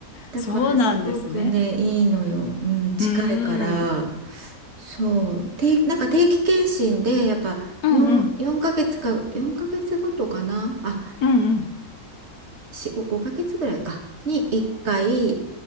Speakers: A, on the right; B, on the left.
A: だからすごくねいいのよ、
B: そうなんですね。
A: うん、近いから
B: うーん。
A: そう定なんか定期検診でやっぱ4、
B: うんうん。
A: 4ヶ月か4ヶ月ごとかなあ
B: うんうん。
A: 4、5、5ヶ月ぐらいかに1回